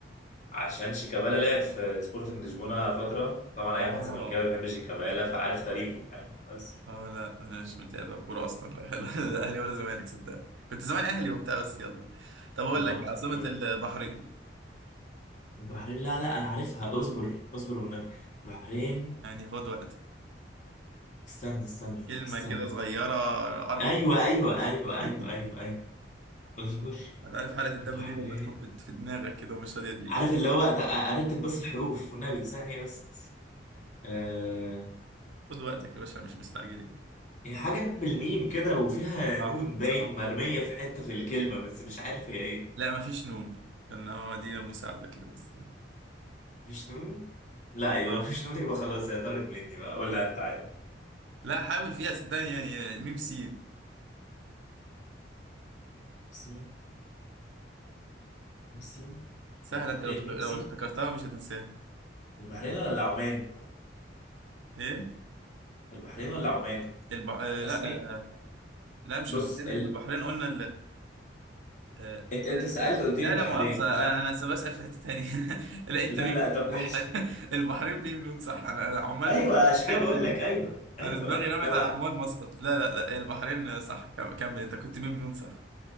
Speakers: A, on the left; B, on the right.
A: عشان شيكابالا لعب في سبورتنج لشبونة فترة
B: <laughs>
A: طبعا
B: اه
A: اي واحد زملكاوي بيحب شيكابالا فعارف تاريخه فاهم بس
B: اه لا مش متابع كوره اصلا لا <laughs> لا لا اهلي ولا زمالك صدق كنت زمان اهلي وبتاع بس يلا طب اقول
A: اه
B: لك
A: ما خدت
B: عاصمه
A: بالي.
B: البحرين
A: البحرين لا لا انا عارفها اصبر اصبر والنبي البحرين
B: يعني خد وقتك
A: استنى استنى
B: كلمة
A: استنى
B: كده صغيرة أربع
A: ايوه
B: حروف.
A: ايوه ايوه
B: <laughs>
A: ايوه ايوه ايوه اصبر
B: أنا عارف حلقة الدم
A: البحرين
B: دي لما تكون في في دماغك كده ومش راضية تيجي
A: عارف اللي هو أت- ارتب بس الحروف والنبي ثانيه بس آه...
B: خد وقتك يا باشا مش مستعجلين
A: هي حاجه بالميم كده وفيها
B: صح
A: نون باين
B: صح
A: مرميه في حته في الكلمه بس مش عارف هي ايه
B: لا مفيش نون كان هو دي مساعدة كده بس
A: مفيش نون لا يبقى
B: اه
A: مفيش نون يبقى خلاص هي طارت مني بقى قول لها انت عارف
B: لا حاول فيها صدقني يعني ميم سين
A: ميم ميمسي
B: سهلة
A: البحرين
B: أنت لو
A: ميمسي
B: لو افتكرتها مش هتنساها
A: البحرين ولا عمان
B: إيه
A: البحرين ولا عمان
B: البح... آه،
A: اسمي
B: لا آه، لا مش
A: بص
B: البحرين
A: ال...
B: إحنا البحرين قلنا آه،
A: انت انت سألت قلت
B: لا
A: لي البحرين
B: لا مؤاخذة
A: فانا
B: أنا أنا لسه بسأل في حتة تانية <laughs> لا أنت
A: لا
B: مين
A: لا طب ماشي
B: صح <laughs> البحرين مين لون صح أنا أنا عمان
A: ايوه
B: مسقط ده
A: عشان كده
B: حاجة
A: بقول
B: تانية
A: لك ايوه ايوه
B: أنا دماغي
A: ايوه
B: رمت
A: لا بقى
B: على عمان مسقط لا لا لا البحرين صح كم- كمل أنت كنت مين لون صح